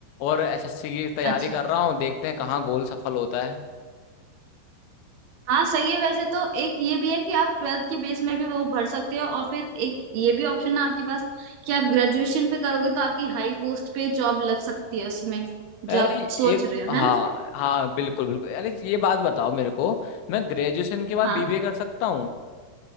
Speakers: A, on the left; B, on the right.
A: और एसएससी की तैयारी
B: अच्छा
A: कर रहा हूँ देखते हैं कहाँ गोल सफल होता है
B: हाँ सही है वैसे तो एक ये भी है कि आप ट्वेल्थ की बेस में भी वो भर सकते हो और फिर एक ये भी ऑप्शन है आपके पास कि आप ग्रेजुएशन पे करोगे तो आपकी हाई पोस्ट पे जॉब लग सकती है उसमें जो
A: अरे
B: आप सोच
A: एक
B: रहे हो
A: हाँ
B: है ना
A: हाँ बिल्कुल बिल्कुल अरे ये बात बताओ मेरे को मैं ग्रेजुएशन के बाद
B: हाँ
A: बीबीए कर सकता हूँ